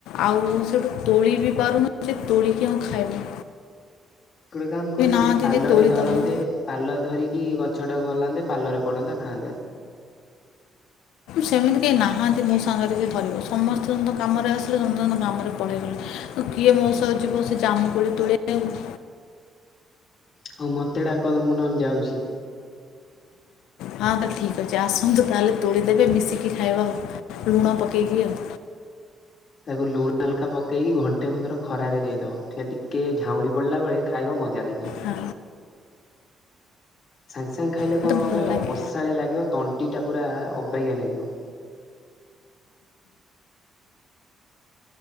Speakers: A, on the left (about 85°); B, on the left (about 55°).
A: ଆଉ ସେଠୁ ତୋଳି ବି ପାରୁନି ସେ ତୋଳିିକି ଆ ଖାଇବା।
B: ଗୋଟେ କାମ କରୁନାହାନ୍ତି
A: ନାହାନ୍ତି
B: ପାଲଟେ
A: ଯେ ତୋଳି
B: ଧରନ୍ତେ।
A: ଦେବ
B: ପାଲ ଧରିକି ଗଛ ଟାକୁ ହଲାନ୍ତେ ପାଲରେ ପଡନ୍ତା ଖାଆନ୍ତେ।
A: ସେମିତି କେହି ନାହାନ୍ତି ମୋ ସାଙ୍ଗରେ କିଏ ଧରିବ ସମସ୍ତଙ୍କ କାମରେ ଆସିଲେ ସମସ୍ତ କାମରେ ପଳେଇଗଲେ। କିଏ ମୋ ସହ ଯିବ ସେ ଜାମୁ କୋଳି ତୋଳିବାକୁ।
B: ହଉ ମୋତେ ଡ଼ାକନ୍ତୁ ମୁଁ ନହଲେ ଯାଉଛି।
A: ହଁ ତ ଠିକ୍ ଅଛି ଆସନ୍ତୁ ତାହେଲେ ତୋଳିଦେବେ ମିଶିକି ଖାଇବା ଆଉ ଲୁଣ ପକେଇକି ଆଉ।
B: ତାକୁ ଲୁଣ ହାଲକା ପକେଇକି ଘଣ୍ଟେ <unintelligible> ଖରାରେନ କମ ଦେଇଦବ ସେ ଟିକେଝାଉଁଳି ପଡିଲା ବେଳେ ଖାଇବା ମଜା ଲାଗିବ।
A: ହ।
B: ସାଙ୍ଗେ ସାଙ୍ଗେ ଖାଇଲେ
A: ମୋତେ
B: କଣ ହବ
A: ଭଲ
B: କହିଲ
A: ଲାଗେ
B: କଷାଳିଆ ଲାଗିବ ତଣ୍ଟି ଟା ପୁରା ଅବାଗିଆ ଲାଗିବ।